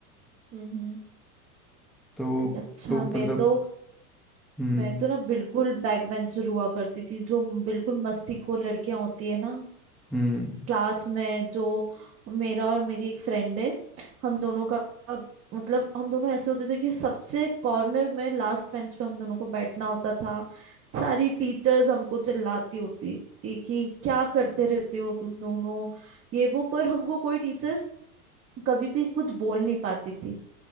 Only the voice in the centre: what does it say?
तो
तो
मतलब
हम्म
हम्म